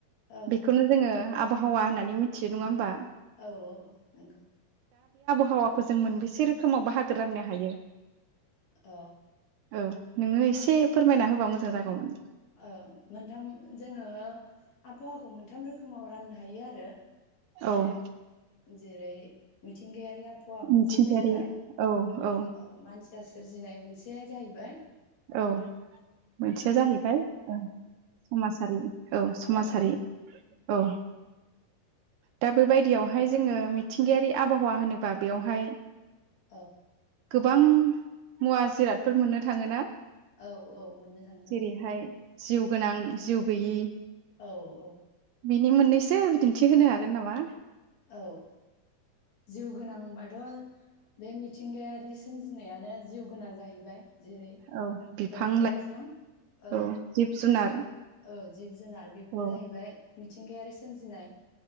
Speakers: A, on the left (about 45°); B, on the right (about 75°).
A: ओ
B: बेखौनो जोङो आबहावा होननानै मिथियो नङा होमबा?
A: औ औ नंगौ।
B: हावाखौ जों मोनबेसे रोखोमाव बाहागो राननो हायो।
A: अ।
B: औ नोङो एसे फोरमायना होबा मोजां जागौमोन।
A: औ मोनथाम जोङो आबहावाखौ मोनथाम रोखो माव राननो हायो आरो
B: औ
A: जेरै मिथिंगायारिया आब हावा मोनसे
B: मिथिंगायारि
A: जाहैबाय अ
B: औ औ
A: मानसिया सोरजिनाय मोनसेया जाहैबाय
B: औ मोनसेया जाहैबाय ओं समाजारि औ समाजारि
A: अ
B: औ दा बेबायदियावहाय जोङो मिथिंगायारि आबहावा होनोबा बेवहाय
A: औ
B: गोबां मुवा जिरादफोर मोननो थाङोना
A: औ औ मोननो थांङो
B: जेरैहाय
A: औ
B: जिउ गोनां जिउ गैयि
A: औ औ
B: बिनि मोननैसो बिदिन्थि होनो हागोन नामा
A: औ जिउ गोनांबाथ' बे मिथिंगायारि सोमजिनायानो जिउ गोनां जाहैबाय। जेरै
B: औ बिफां
A: दंफां लाइफां ओ
B: औ जिब जुनार
A: ओ जिब जुनार बेफोर
B: औ
A: जाहैबाय मिथिंगायारि सोमजिनाय।